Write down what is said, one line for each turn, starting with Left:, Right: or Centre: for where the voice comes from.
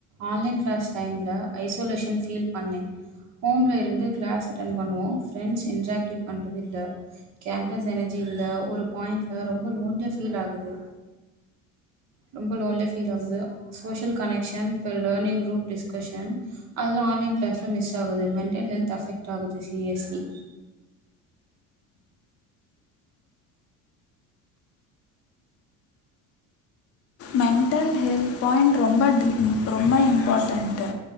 Right: ஆன்லைன் கிளாஸ் டைம்ல ஐசோலேஷன் ஃபீல் பண்ணே ஹோமில இருந்து கிளாஸ் அட்டென் பண்ணுவோ ஃப்ரெண்ட்ஸ் இன்ட்ராக்டிவ் பண்ணுறது இல்ல கேம்பஸ் எனர்ஜி இல்ல ஒரு பாயிண்ட்டில ரொம்ப லோண்லியா ஃபீல் ஆகுது ரொம்ப லோன்லியே ஃபீல் ஆகுது சோசியல் கனெக்ஷன் இப்ப லேர்னிங் குரூப் டிஸ்கஷன் அதெலா ஆன்லைன் கிளாஸ்லா மிஸ் ஆகுது மென்டல் ஹெல்த் அஃபெக்ட் ஆகுது சீரியஸ்லி
Left: மென்டல் ஹெல்த் பாயிண்ட் ரொம்ப ரொம்ப இம்பார்ட்டன்டு